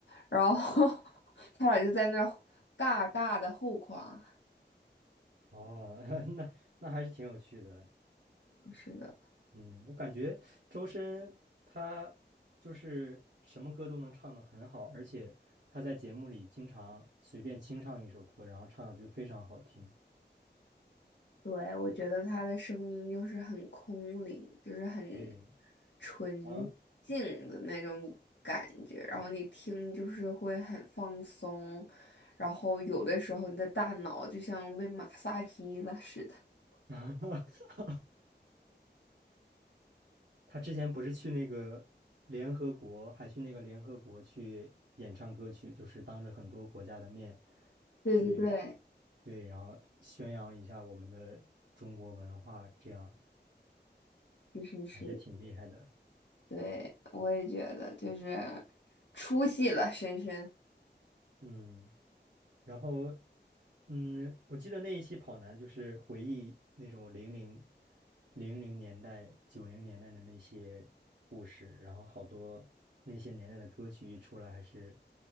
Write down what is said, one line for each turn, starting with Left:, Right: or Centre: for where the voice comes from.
Left: 然后 <laughs> 他俩就在那儿尬尬的互夸，
Right: 哦，<laughs> 那那还是挺有趣的。
Left: 是的。
Right: 嗯，我感觉周深他就是什么歌都能唱得很好，而且他在节目里经常随便清唱一首歌，然后唱的就非常好听。
Left: 对，我觉得他的声音就是很空灵，就是很
Right: 对，
Left: 纯
Right: 然后
Left: 净的那种感觉，然后你听就是会很放松，然后有的时候你的大脑就像被马杀鸡了似的。
Right: <laughs> 他之前不是去那个联合国，还去那个联合国去演唱歌曲，就是当着很多国家的面
Left: 对对对，
Right: 去，对，然后宣扬一下我们的中国文化，这样
Left: 是是是，
Right: 还是挺厉害的。
Left: 对，我也觉得就是出戏了，深深。
Right: 嗯，然后。嗯，我记得那一期跑男就是回忆那种零零零零年代、九零年代的那些故事，然后好多那些年代的歌曲一出来，还是